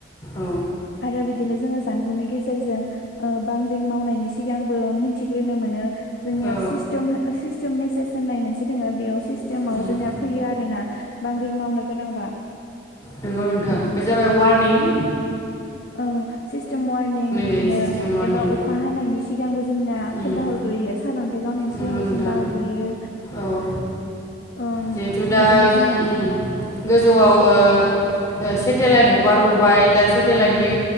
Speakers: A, on the left (about 15°); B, on the left (about 50°).
A: औ
B: आरो बिदिनो जोङो जानबुंनि गेजेरजों ओ बांग्रिं मावनायनि सिगांबो मिथिग्रोनो मोनो जोंनियाव
A: औ
B: सिस्टेम सिस्टेम मेसेज होननाय मोनसे दङ बेयाव सिस्टेमाव
A: उम,
B: जोंनिया फैयो आरोना बांग्रिं मावनो गोनांबा
A: नोंगौ नोंथां बे जाबाय वारनिं
B: ओं सिस्टेम वारनिं बिदिनो
A: जायो सिस्टेम वार्निं
B: एबा अखा हानायनि सिगांबो जोंनो
A: उम,
B: खोनथा हरग्रोयो सार अ न्थाइ गावनायनि
A: नंगौ
B: सिगांबो
A: नोंथां
B: खोन्थाहरग्रोयो
A: औ
B: ओम
A: जिहेथु दा
B: बिदिनो जोंनिया
A: जों उम गोजौआव ओ सेटेलाइट हगार हरबाय दा सेटेलाइटनि